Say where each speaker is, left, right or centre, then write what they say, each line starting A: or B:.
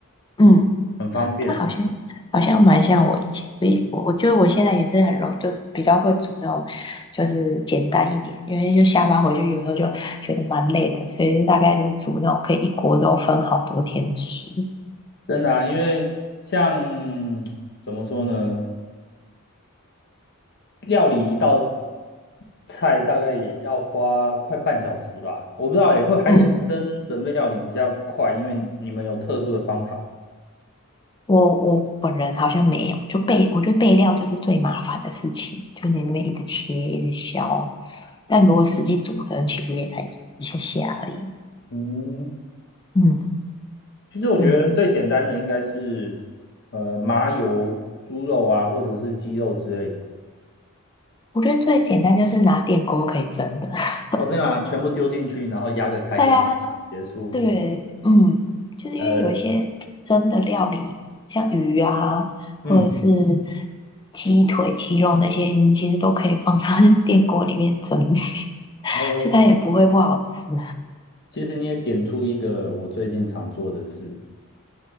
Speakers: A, on the left (about 20°); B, on the left (about 50°).
A: 嗯，
B: 很方便，
A: 那好像好像蛮像我以前，我以我我觉得我现在也是很容易，就比较会煮那种，就是简单一点，因为就下班回去有时候就觉得蛮累的，所以就大概就是煮那种可以一锅都分好多天吃。
B: 真的啊，因为像 <tsk> 怎么说呢？料理一道菜大概也要花快半小时吧，我不知道也会还是女生准备料理比较快，
A: 嗯，
B: 因为你们有特殊的方法。
A: 我我本人好像没有，就备，我觉得备料就是最麻烦的事情，就你那边一直切，一直削，但如果实际煮，可能其实也才一一下下而已。
B: 嗯，
A: 嗯
B: 其实我觉得最简单的应该是
A: 嗯，
B: 呃麻油猪肉啊，或者是鸡肉之类的，
A: 我觉得最简单就是拿电锅可以蒸的。<laughs>
B: 我再把全部丢进去，然后压个开关就结束。
A: 对啊，对，嗯，就是因为有一些蒸的料理，
B: 呃，
A: 像鱼啊，或者是
B: 嗯，
A: 鸡腿、鸡肉那些，你其实都可以放到 <laughs> 电锅里面蒸，
B: 呃，
A: <laughs> 就它也不会不好吃。
B: 其实你也点出一个我最近常做的事，